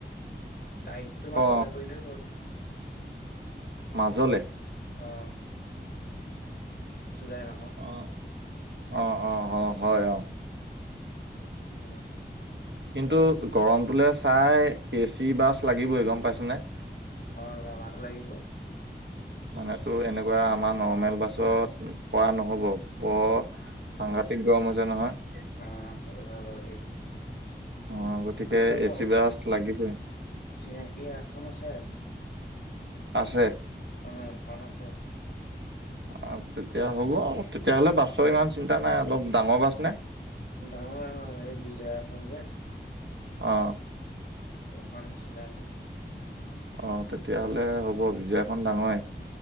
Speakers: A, on the left; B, on the right.
A: তাৰিখতো মাজলৈ
B: অ
A: কৰিলেই হ'ল।
B: মাজলে।
A: অ' জুলাই মাহৰ
B: অ - অ - অ - অ হয় অ'
A: <unintelligible>
B: কিন্তু গৰমটোলে চাই এ চি বাছ লাগিবই গম পাইছনে।
A: অ' লগাটো লাগিব।
B: মানে তোৰ এনেকুৱা আমাৰ নৰ্মেল বাছত পৰা নহ'ব। <unintelligible> ঠিক গৰম হৈছে নহয়।
A: অ' সেইটো হয় বাৰু <unintelligible>
B: অ' গতিকে
A: আছে বাৰু
B: এ চি বাছ লাগিবই
A: চিনাকি এখন আছে।
B: আছে।
A: অ' এখন আছে
B: অ' তেতিয়া হ'ব আৰু তেতিয়াহলে বাছৰ ইমান চিন্তা নাই অলপ ডাঙৰ বাছ নে
A: ডাঙৰে হয় এই বিজয়াখন যে
B: অ
A: <unintelligible> এখন চিনাকি।
B: অ তেতিয়াহ'লে হ'ব বিজয়াখন ডাঙৰে।